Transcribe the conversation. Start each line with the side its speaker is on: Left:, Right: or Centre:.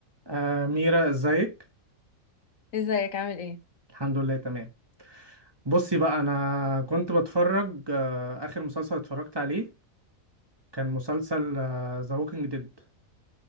Right: آه ميرا ازيك
Left: ازيك عامل ايه
Right: الحمد لله تمام بصي بقى انا كنت بتفرج آه اخر مسلسل اتفرجت عليه كان مسلسل ذا ووكينج ديد